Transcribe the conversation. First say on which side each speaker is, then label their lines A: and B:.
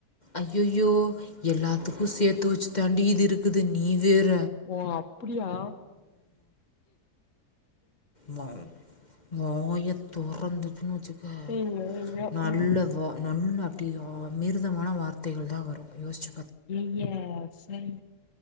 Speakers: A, on the left (about 30°); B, on the left (about 50°).
A: ஐயயோ எல்லாத்துக்கு சேத்து வெச்சி தாண்டி இது இருக்குது நீ வேற
B: ஓ அப்படியா
A: மா வாய தொறந்துச்சின்னு வச்சிக்க
B: ஐயோ ஐயோ
A: நல்ல
B: ம்
A: வா நல்ல அப்டி அமிர்தமான வார்த்தைகள் தா வரு யோசிச்சி
B: ஐயய சய்